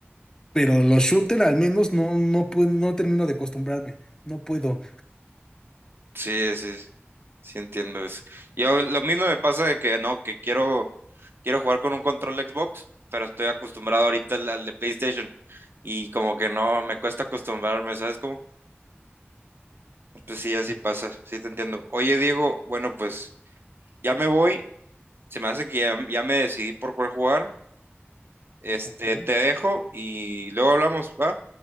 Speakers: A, on the left (about 20°); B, on the right (about 55°).
A: pero los shooters al menos no, no puedo, no termino de acostumbrarme, no puedo.
B: Sí, sí, sí entiendo eso. Yo lo mismo me pasa de que no, que quiero, quiero jugar con un control de Xbox, pero estoy acostumbrado ahorita al, al de PlayStation y como que no, me cuesta acostumbrarme, ¿sabes cómo? Pues sí, así
A: Sí,
B: pasa, sí te entiendo. Oye, Diego, bueno, pues ya me voy, se me hace que ya, ya me decidí por cuál jugar. Este,
A: ok.
B: te dejo y luego hablamos, ¿va?